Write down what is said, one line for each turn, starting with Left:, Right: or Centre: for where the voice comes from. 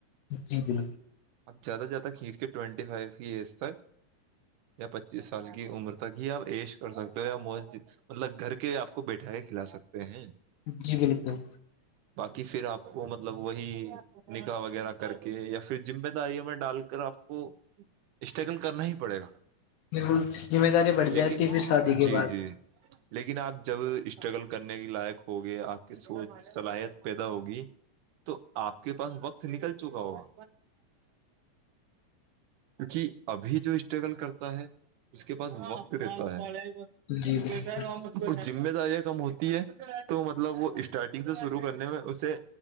Left: جی جی
Right: اب زیادہ سے زیادہ کھینچ کے ٹوئینٹی فائیو کی ایز تک یا پچیس سال کی عمر تک ہی آپ ایش کر سکتے ہو یا مو مطلب گھر کے آپ کو بیٹھا کے کھلا سکتے ہیں
Left: جی بالکل
Right: باقی پھر آپ کو مطلب وہی نکاح وغیرہ کر کے یا پھر ذمہ داریوں میں ڈال کر آپ کو اسٹرگل کرنا ہی پڑے گا
Left: بالکل ذمہ داری بڑھ
Right: لیکن
Left: جاتی ہے پھر شادی کے
Right: جی
Left: بعد
Right: جی لیکن آپ جب اسٹرگل کرنے کے لائق ہوگے آپ کی سوچ صلاحیت پیدا ہوگی تو آپ کے پاس وقت نکل چکا ہوگا کیونکہ ابھی جو اسٹرگل کرتا ہے اس کے پاس وقت دیتا ہے م
Left: جی
Right: پٹ
Left: بالکل
Right: ہو <unintelligible> وہ ذمہ داریاں کم ہوتی ہے تو مطلب وہ اسٹارٹنگ سے شرع کرنے میں اسے